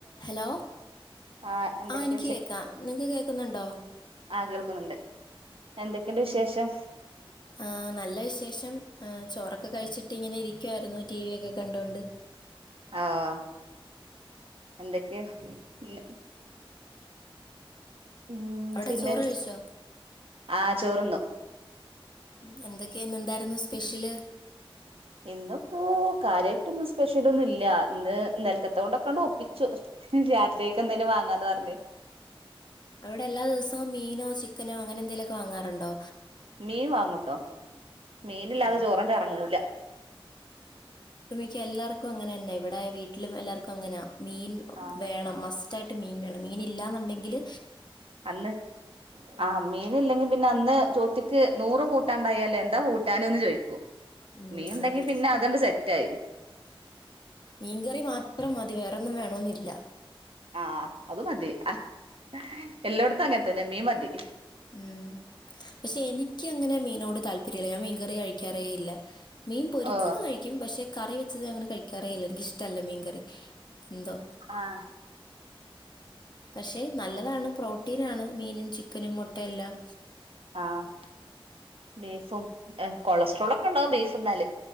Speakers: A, on the left; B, on the right.
A: Hello
B: ആ എന്തൊക്കെ
A: ആഹ് എനിക്ക് കേക്കാം നിങ്ങക്ക് കേക്ക്ന്നുണ്ടോ
B: ആഹ് കേൾക്കുന്ന്ണ്ട് എന്തെക്കെണ്ട് വിശേഷം
A: ആഹ് നല്ല വിശേഷം എഹ് ചോറൊക്കെ കഴിച്ചിട്ട് ഇങ്ങനെ ഇരിക്കുവായിരുന്നു ടി വി ഒക്കെ കണ്ടോണ്ട്
B: ആഹ് എന്തെക്കെ പിന്നെ ഉം
A: അവിടെ
B: പിന്നെ
A: ചോറ് കഴിച്ചോ
B: ആഹ് ചോറ്ന്നു
A: ഉം എന്തെക്കെ ഇന്നെന്തായ്രുന്നു സ്പെഷ്യല്
B: ഇന്ന്പ്പോ കാര്യായിട്ടൊന്നും സ്പെഷ്യലൊന്നും ഇല്ല ഇന്ന് ഇന്നൽക്കത്തതോണ്ടൊക്കെ ആണ്ട് ഒപ്പിച്ചു രാത്രിക്കക്ക് എന്തേലും വാങ്ങാന്ന് പറഞ്ഞ്
A: അവിടെ എല്ലാ ദിവസവും മീനോ ചിക്കനോ അങ്ങനെ എന്തേലൊക്കെ വാങ്ങാറുണ്ടോ
B: മീൻ വാങ്ങുട്ടോ മീനില്ലാതെ
A: ആ
B: ചോറാണ്ട് എറങ്ങൂല
A: ഷെ എല്ലാർക്കും അങ്ങനെ തന്നെ ഇവിടെ വീട്ടിലും എല്ലാർക്കും അങ്ങനാ മീൻ
B: ആ
A: വേണം മസ് സ്റ്റായിട്ട് മീൻ വേണം മീനില്ലാന്നുണ്ടെങ്കില്
B: അന്ന് ആഹ് മീനില്ലെങ്കി പിന്നെ അന്ന് ചോറ്റ്ക്ക് നൂറ് കൂട്ടാൻ ഇണ്ടായാലും എന്താ കൂട്ടാന്ന്ന് ചോയിക്കും
A: ഉം,
B: മീൻ ഇണ്ടെങ്കി
A: അതെ
B: പിന്നെ അതണ്ട് സെറ്റായി
A: മീൻകറി മാത്രം മതി വേറൊന്നും വേണോന്നില്ല
B: ആഹ് അത് മതി അഹ് എല്ലോട്ത്തും അങ്ങൻത്തെന്നെ മീൻ മതി
A: ഉം പക്ഷെ എനിക്ക് അങ്ങനെ മീനോട് താല്പര്യല്ല ഞാൻ മീൻകറി കഴിക്കാറേ ഇല്ല മീൻ പൊരിച്ചത്
B: ഓ
A: കഴിക്കും പക്ഷെ കറി വെച്ചത് അങ്ങനെ കഴിക്കാറേയില്ല എനിക്കിഷ്ടവല്ല മീൻ കറി എന്തോ
B: ആഹ്
A: പക്ഷെ നല്ലതാണ് പ്രോട്ടീനാണ് മീനും ചിക്കനും മുട്ടയെല്ലാം
B: ആഹ് ബീഫും എഹ് കൊളസ്ട്രോളൊക്കെ ഇണ്ടാവും ബീഫ് തിന്നാല്